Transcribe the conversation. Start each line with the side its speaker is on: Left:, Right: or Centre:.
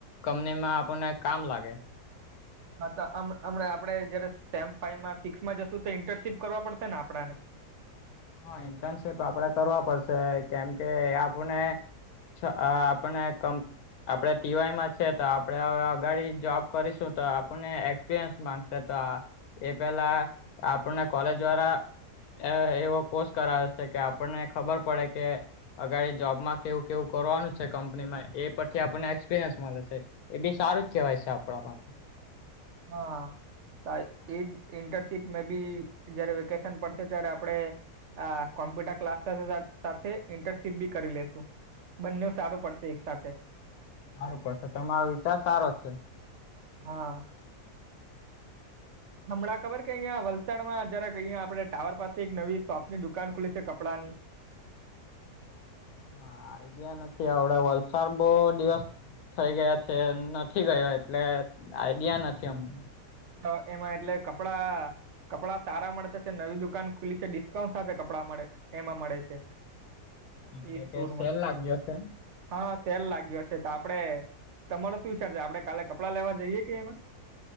Left: કંમની માં આપણને કામ લાગે.
Right: હા તો હમ હમણાં આપડે જયારે સેમ ફાઈવમાં સિક્સમાં જશું તો ઇન્ટર્નશીપ કરવા પડશે ને આપણાને.
Left: હા ઇન્ટર્નશીપ આપડે કરવા પડશે કેમ કે આપણે અ આપણે કમ. આપડે ટીવાયમાં છે તો આપડે હવે અગાડી જોબ કરીશું તો આપણને એક્સપિરિયન્સ માંગશે. તો એ પેલા આપને કોલેજ વાળા એવો કોષ કરાવે છે કે આપણને ખબર પડે કે અગળ જોબમાં કેવું કેવું કરવાનું છે કંપનીમાં એ પછી આપણને એક્સપિરિયન્સ મળે છે. એ બી સારું જ કહેવાય છે આપણા પાસે
Right: હા. એજ ઇન્ટર્નશીપ મે બી જયારે વેકેશન પડશે ત્યારે આપણે. અ કોમ્પ્યુટર ક્લાસ સાથે સાથે ઇન્ટર્નશીપ બી કરી લેશુ. બંને સારું પડશે એક સાથે.
Left: સારું પડશે તમારો વિચાર સારો છે.
Right: હા. હમણાં ખબર કે અહિયાં વલસાડમાં જરાક અહીયા આપડણે ટાવર પાસે એક નવી શોપની દુકાન ખુલી છે કપડાંની.
Left: હા આઈડિયા નથી આવડે વલસાડ બો દિવસ. થઈ ગયા છે નથી ગયો એટલે આઈડિયા નથી અમને
Right: તો એમાં એટલે કપડા કપડાં સારા મળતા છે નવી દુકાન ખુલ્લી છે ડિસ્કાઉન્ટ સાથે કપડાં મળે એમાં મળે છે.
Left: એટલે
Right: ઈ
Left: કે
Right: સુર
Left: સેલ
Right: માં
Left: લાગ્યો છે.
Right: હા હા સેલ લાગ્યો છે તો આપડે તમારો શું વિચારજ આપડણે કાલે કપડાં લેવા જઈએ કે એમાં